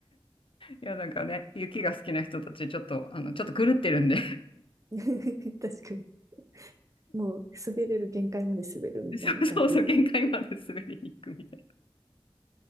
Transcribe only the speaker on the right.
<laughs> 確かに。もう滑れる限界まで滑るみたいな感じですね。